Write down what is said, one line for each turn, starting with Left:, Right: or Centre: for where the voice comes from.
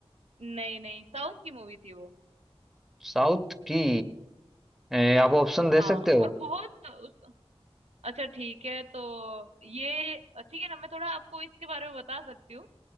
Right: नहीं नहीं साउथ की मूवी थी वो
Centre: साउथ की ए, आप ऑप्शन दे
Right: हाँ
Centre: सकते हो
Right: और बहुत उस अच्छा ठीक है तो ये ठीक है ना मैं थोड़ा आपको इसके बारे में बता सकती हूँ